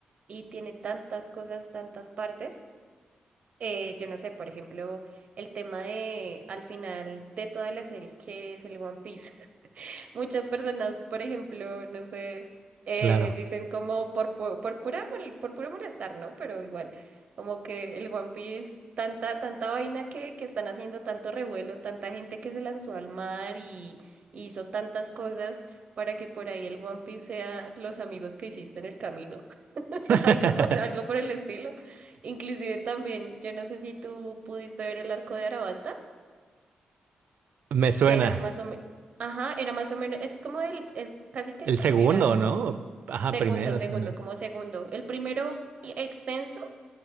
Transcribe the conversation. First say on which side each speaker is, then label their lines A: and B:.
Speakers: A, on the right; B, on the right.
A: y tiene tantas cosas, tantas partes. eh, yo no sé, por ejemplo, el tema de al final de toda la serie que es el One Piece. <laughs> Muchas personas, por ejemplo, no sé, eh,
B: Claro.
A: dicen como por, pu- por, pura, mol- por puro molestar, ¿no? Pero igual, como que el One Piece, tanta, tanta vaina que, que están haciendo, tanto revuelo, tanta gente que se lanzó al mar y, y hizo tantas cosas para que por ahí el One Piece sea los amigos que hiciste en el camino. <laughs>
B: <laughs>
A: algo, con- algo por el estilo. Inclusive también, yo no sé si tú pudiste ver el arco de Arabasta,
B: Me suena.
A: que era más o menos, ajá, era más o menos, es como el, es casi que
B: El
A: el primer
B: segundo,
A: arco,
B: ¿no? Ajá,
A: segundo,
B: primero,
A: segundo,
B: segundo.
A: como segundo. El primero extenso